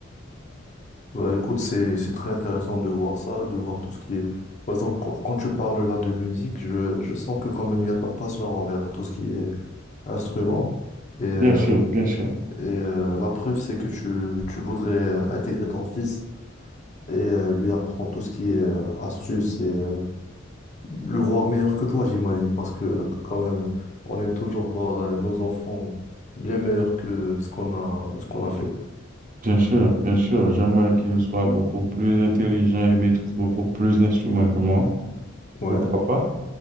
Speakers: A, on the left; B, on the right.
A: Bah, écoute, c'est, c'est très intéressant de voir ça, de voir tout ce qui est, par exemple, qu- quand tu parles là de musique, je, je sens que quand même il y a de la passion envers tout ce qui est instrument. Et, euh,
B: Bien sûr, bien sûr.
A: et euh, la preuve, c'est que tu, tu voudrais euh, intégrer ton fils et euh, lui apprendre tout ce qui est euh, astuce et euh, le voir meilleur que toi, j'imagine, parce que euh, quand même, on aime toujours voir euh, nos enfants bien meilleurs que ce qu'on a, ce qu'on a fait.
B: Bien sûr, bien sûr, j'aimerais qu'il soit beaucoup plus intelligent et maîtrise beaucoup plus d'instruments que moi.
A: Ouais,
B: Pourquoi pas?